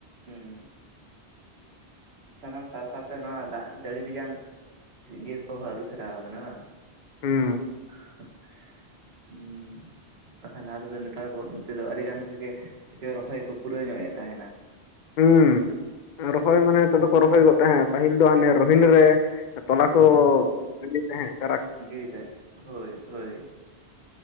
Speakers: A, on the right; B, on the left.
A: ᱦᱩᱸ ᱥᱟᱱᱟᱢ ᱥᱟ ᱥᱟᱛᱮ ᱱᱚᱣᱟ ᱫᱟᱜ ᱡᱟᱹᱲᱤ ᱨᱮᱭᱟᱝ ᱤᱭᱟᱹ ᱠᱚᱦᱚᱸ ᱟᱹᱨᱩᱯᱷᱮᱨᱟᱣ ᱠᱟᱱᱟ ᱵᱟᱝ ᱾
B: ᱦᱩᱸ
A: <inaudible> ᱦᱩᱸ ᱵᱟᱠᱷᱟᱱ ᱞᱟᱦᱟ ᱛᱮᱫᱚ ᱱᱮᱛᱟᱨ <unintelligible> ᱟᱹᱰᱤ ᱜᱟᱱ ᱜᱮ ᱜᱮ ᱨᱚᱦᱚᱭ ᱠᱚ ᱯᱩᱨᱟᱹᱣ ᱧᱚᱜ ᱮᱡ ᱛᱟᱦᱮᱱᱟ ᱾
B: ᱦᱩᱸ ᱨᱚᱦᱚᱭ ᱢᱟᱱᱮ ᱱᱤᱛᱚᱜ ᱫᱚᱠᱚ ᱨᱚᱦᱚᱭ ᱜᱚᱫ ᱛᱟᱦᱮᱸᱫ ᱯᱟᱹᱦᱤᱞ ᱫᱚ ᱦᱟᱱᱮ ᱨᱳᱦᱤᱱ ᱨᱮ ᱛᱚᱞᱟ ᱠᱚ ᱜᱤᱰᱤ ᱛᱟᱦᱮᱱ ᱾
A: ᱜᱤᱨᱤ ᱛᱮ ᱦᱳᱭ ᱦᱳᱭ᱾